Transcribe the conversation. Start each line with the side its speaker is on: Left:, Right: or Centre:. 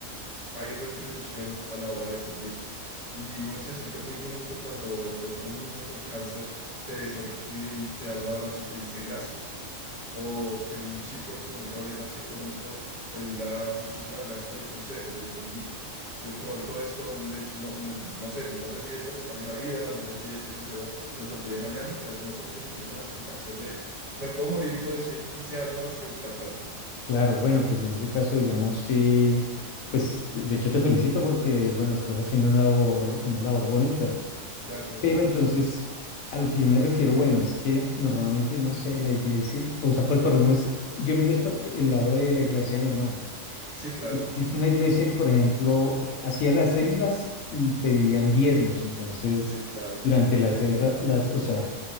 Right: hay retribución a la hora de servir y uno se siente muy bonito cuando de pronto un niño con cáncer te sonríe y te da un abrazo y te dice gracias. O que un chico con un problema así económico te diga muchísimas gracias por el consejo, lo entendí. De pronto esto les, no, les- no sé, no sé si esto les cambia la vida, no sé si este consejo se los olvide mañana, pero uno como que se siente con la satisfacción de, me puedo morir y puedo decir, hice algo más que buscar plata.
Left: claro. Bueno, pues en ese caso, digamos, sí, pues de, de hecho te felicito porque, bueno, estás haciendo una labor, una labor bonita.
Right: Gracias.
Left: Pero entonces, a lo que yo me refiero, bueno, es que normalmente, no sé, la iglesia, o sea, pues por lo menos eh, yo le digo es por el lado de la iglesia de mi hermano.
Right: Sí, claro.
Left: Es es una iglesia que, por ejemplo, eh, hacía las células y pedían diezmos. Entonces,
Right: Sí, claro.
Left: durante
Right: Y
Left: la
Right: te entiendo.
Left: célula, las, o sea,